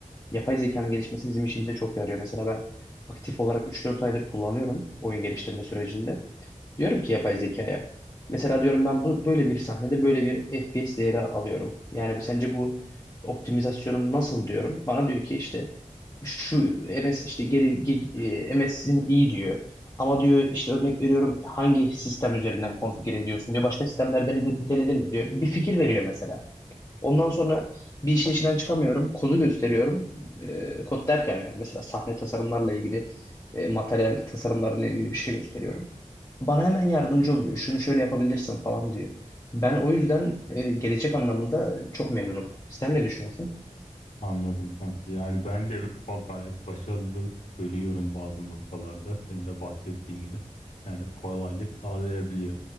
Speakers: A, on the left; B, on the left.
A: Yapay zekanın gelişmesi bizim işimize çok yarıyor. Mesela ben aktif olarak üç dört aydır kullanıyorum oyun geliştirme sürecinde. Diyorum ki yapay zekaya. Mesela diyorum ben bu böyle bir sahnede böyle bir FPS değeri alıyorum. Yani bu- sence bu optimizasyonum nasıl diyorum. Bana diyor ki işte şu MS işte geri ge- e, MS'in iyi diyor. Ama diyor işte örnek veriyorum hangi sistem üzerinden konfigüre ediyorsun diyor. Başka sistemlerde denedin mi diyor. Bir fikir veriyor mesela. Ondan sonra bir işin içinden çıkamıyorum. Kodu gösteriyorum. Ee, kod derken yani mesela sahne tasarımlarla ilgili, e, materyal tasarımlarla ilgili bir şey gösteriyorum. Bana hemen yardımcı oluyor. Şunu şöyle yapabilirsin falan diyor. Ben o yüzden e, gelecek anlamında çok memnunum. Sen ne düşünüyorsun?
B: Anladım kanka. Yani ben de ba- gayet başarılı görüyorum bazı noktalarda. Senin de bahsettiğin gibi. Yani kolaylık sağlayabiliyor.